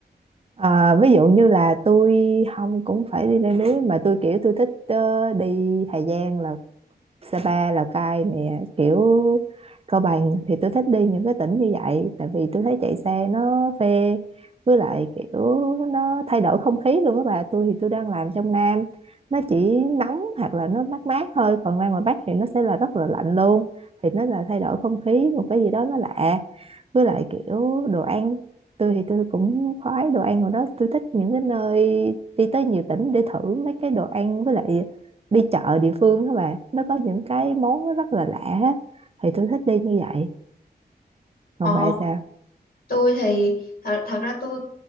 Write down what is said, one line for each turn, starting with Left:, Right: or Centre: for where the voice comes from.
Right: ờ, ví dụ như là tôi không cũng phải đi leo núi mà tôi kiểu tôi thích ờ, đi Hà Giang là Sapa Lào Cai nè kiểu Cao Bằng thì tôi thích đi những cái tỉnh như vậy tại vì tôi thấy chạy xe nó phê với lại kiểu nó thay đổi không khí luôn các bà tôi thì tôi đang làm trong Nam nó chỉ nóng hoặc là nó mát mát thôi còn ra ngoài Bắc thì nó sẽ là rất là lạnh luôn thì nó là thay đổi không khí một cái gì đó nó lạ với lại kiểu đồ ăn tôi thì tôi cũng khoái đồ ăn của đó tôi thích những cái nơi đi tới nhiều tỉnh để thử mấy cái đồ ăn với lại đi chợ địa phương các bạn nó có những cái món nó rất là lạ á. thì tôi thích đi như vậy
Left: ồ
Right: còn bà sao
Left: tôi thì thật, thật ra tôi